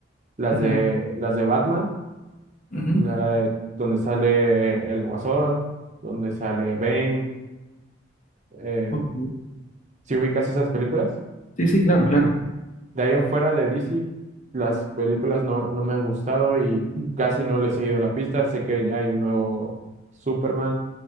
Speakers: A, on the right; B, on the left.
A: las
B: Ujú,
A: de, las de Batman,
B: ujú.
A: la- donde sale el Guasón, donde sale Bane, eh,
B: Ok.
A: ¿sí ubicas esas películas?
B: Sí, sí, claro, claro.
A: De ahí en fuera de DC, las películas no, no me han gustado y
B: Mm,
A: casi no le he seguido la pista. Sé que ya hay un nuevo Superman